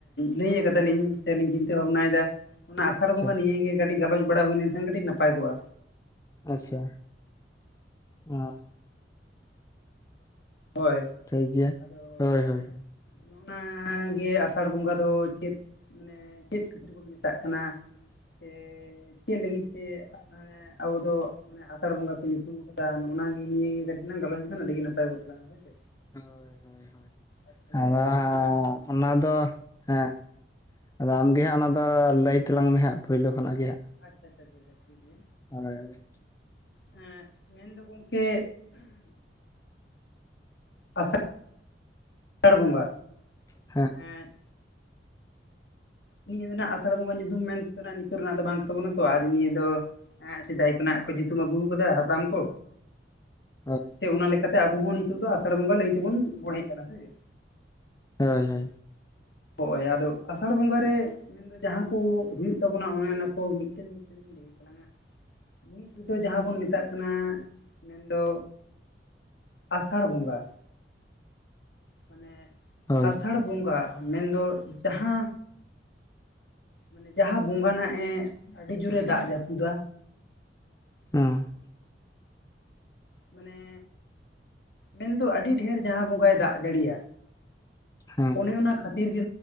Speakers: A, on the left (about 70°); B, on the left (about 20°).
A: ᱞᱟᱹᱭ ᱟᱠᱟᱫᱟᱞᱤᱧ ᱥᱮ ᱞᱤᱧ ᱪᱤᱱᱛᱟᱹ ᱵᱷᱟᱵᱱᱟᱭᱮᱫᱟ ᱚᱱᱟ ᱟᱥᱟᱲ
B: ᱟᱪᱪᱷᱟ
A: ᱵᱚᱸᱜᱟ ᱱᱤᱭᱟᱹᱜᱮ ᱠᱟᱹᱴᱤᱡ ᱜᱟᱞᱚᱪ ᱵᱟᱲᱟ ᱦᱩᱭ ᱞᱮᱱᱠᱷᱟᱱ ᱠᱟᱹᱴᱤᱡ ᱱᱟᱯᱟᱭ ᱠᱚᱜ-ᱟ
B: ᱟᱪᱪᱷᱟ ᱟᱸᱻ
A: ᱦᱳᱭ
B: ᱴᱷᱤᱠ ᱜᱮᱭᱟ
A: ᱟᱫᱚ
B: ᱦᱳᱭ ᱦᱳᱭ ᱦᱳᱭ
A: ᱚᱱᱟᱜᱮ ᱟᱥᱟᱲ ᱵᱚᱸᱜᱟ ᱫᱚ ᱪᱮᱫ? ᱢᱟᱱᱮ ᱪᱮᱫ ᱠᱷᱟᱹᱛᱤᱨ ᱵᱚᱱ ᱢᱮᱛᱟᱜ ᱠᱟᱱᱟ ᱥᱮ ᱪᱮᱫ ᱞᱟᱹᱜᱤᱫ ᱛᱮ? ᱢᱟᱱᱮ ᱟᱵᱚᱫᱚ ᱢᱟᱱᱮ ᱟᱥᱟᱲ ᱵᱚᱸᱜᱟ ᱠᱚ ᱧᱩᱛᱩᱢ ᱟᱠᱟᱫᱟ ᱱᱚᱜᱱᱟᱜᱮ ᱱᱤᱭᱟᱹᱜᱮ ᱠᱟᱹᱴᱤᱡ ᱞᱟᱝ ᱜᱟᱞᱚᱪ ᱞᱮᱠᱷᱟᱱ ᱟᱹᱰᱤ ᱜᱮ ᱱᱟᱯᱟᱭ ᱠᱚᱜ᱾ ᱞᱟᱝᱜᱟ ᱦᱳᱭ ᱥᱮ
B: ᱦᱳᱭ ᱦᱳᱭ ᱦᱳᱭ
A: ᱟᱨ ᱛᱟᱦᱚᱞᱮ
B: ᱟᱫᱚ
A: ᱚᱱᱮ ᱚᱱᱟ
B: <unintelligible> ᱚᱱᱟ ᱫᱚ
A: ᱢᱟ
B: ᱦᱮᱸ ᱟᱫᱚ ᱟᱢᱜᱮ ᱦᱟᱸᱜ ᱚᱱᱟ ᱫᱚ ᱞᱟᱹᱭ ᱛᱟᱞᱟᱝ ᱢᱮ ᱦᱟᱸᱜ ᱯᱳᱭᱞᱳ ᱠᱷᱚᱱᱟᱜ ᱜᱮ ᱦᱟᱸᱜ᱾
A: ᱟᱪᱪᱷᱟ ᱟᱪᱪᱷᱟ ᱟᱪᱪᱷᱟ ᱴᱷᱤᱠ ᱜᱮᱭᱟ᱾
B: ᱟ <unintelligible>
A: ᱦᱮᱸ ᱢᱮᱱᱫᱚ ᱜᱚᱢᱠᱮ ᱟᱥᱟᱲ ᱟᱥᱟᱲ ᱵᱚᱸᱜᱟ
B: ᱦᱮᱸ
A: ᱦᱮᱸ ᱱᱤᱭᱟᱹ ᱫᱚ ᱱᱟᱜ ᱟᱥᱟᱲ ᱵᱚᱸᱜᱟ ᱧᱩᱛᱩᱢ ᱢᱮᱱᱛᱮᱱᱟᱜ ᱱᱤᱛᱚᱜ ᱨᱮᱱᱟᱜ ᱫᱚ ᱵᱟᱝ ᱛᱟᱵᱚᱱᱟᱛᱚ ᱟᱨ ᱱᱤᱭᱟᱹ ᱫᱚ ᱟᱸᱜ ᱥᱮᱫᱟᱭ ᱠᱷᱚᱱᱟᱜ ᱠᱚ ᱧᱩᱛᱩᱢ ᱟᱹᱜᱩ ᱟᱠᱟᱫᱟ ᱦᱟᱯᱲᱟᱢ ᱠᱚ᱾
B: ᱦᱳᱭ
A: ᱪᱮ ᱚᱱᱟᱠᱟ ᱞᱮᱠᱟᱛᱮ ᱟᱵᱚ ᱦᱚᱸ ᱱᱤᱛᱳᱜ ᱫᱚ ᱟᱥᱟᱲ ᱵᱚᱸᱜᱟ ᱞᱟᱹᱭ ᱛᱮᱵᱚᱱ ᱵᱚᱲᱦᱮ ᱠᱟᱱᱟ ᱥᱮ ᱪᱮᱫ?
B: ᱦᱳᱭ ᱦᱳᱭ
A: ᱦᱚᱜ-ᱚᱭ ᱟᱫᱚ ᱟᱥᱟᱲ ᱵᱚᱸᱜᱟ ᱨᱮ ᱢᱮᱱᱫᱚ ᱡᱟᱦᱟᱸ ᱠᱚ ᱦᱩᱭᱩᱜ ᱛᱟᱵᱚᱱᱟ ᱚᱱᱮ ᱚᱱᱟ ᱠᱚ ᱢᱤᱫᱴᱮᱱ ᱢᱤᱫᱴᱮᱱ <unintelligible> ᱛᱟᱞᱟᱝᱟ ᱢᱤᱫ ᱨᱮᱫᱚ ᱡᱟᱦᱟᱸ ᱵᱚᱱ ᱢᱮᱛᱟᱜ ᱠᱟᱱᱟ ᱢᱮᱱᱫᱚ ᱟᱥᱟᱲ ᱵᱚᱸᱜᱟ ᱢᱟᱱᱮ
B: ᱦᱳᱭ
A: ᱟᱥᱟᱲ ᱵᱚᱸᱜᱟ ᱢᱮᱱᱫᱚ ᱡᱟᱦᱟᱸ ᱢᱟᱱᱮ ᱡᱟᱦᱟᱸ ᱵᱚᱸᱜᱟ ᱱᱟᱜ-ᱮ ᱟᱹᱰᱤ ᱡᱳᱨᱮ ᱫᱟᱜ ᱡᱟᱹᱯᱩᱫᱟ,
B: ᱚᱸ
A: ᱢᱟᱱᱮ ᱢᱮᱱ ᱫᱚ ᱟᱹᱰᱤ ᱰᱷᱮᱨ ᱡᱟᱦᱟᱸ ᱵᱚᱸᱜᱟᱭ ᱫᱟᱜ ᱡᱟᱹᱲᱤᱭᱟ᱾
B: ᱦᱮᱸ
A: ᱚᱱᱮ ᱚᱱᱟ ᱠᱷᱟᱹᱛᱤᱨ ᱜᱮ